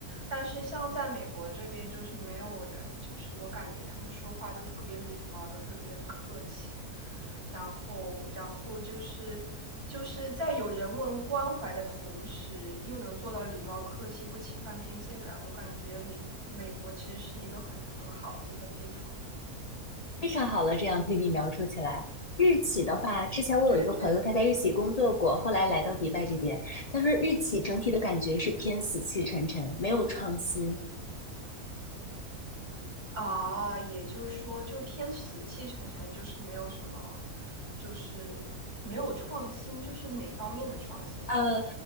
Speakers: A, on the right; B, on the left.
A: 但是像在美国这边，就是没有人，就是我感觉他们说话都特别礼貌，都特别的客气，然后，然后就是就是在有人文关怀的同时，又能做到礼貌客气，不侵犯边界感。我感觉里美国其实是一个很很好的一个地方。
B: 非常好了，这样听你描述起来，日企的话，之前我有一个朋友，
A: 对对对，
B: 他在日企工作过，后来来到迪拜这边，他说日企整体的感觉是偏死气沉沉，没有创新，
A: 啊，也就是说，就偏死气沉沉，就是没有什么，就是没有创新，就是哪方面的创新？
B: 呃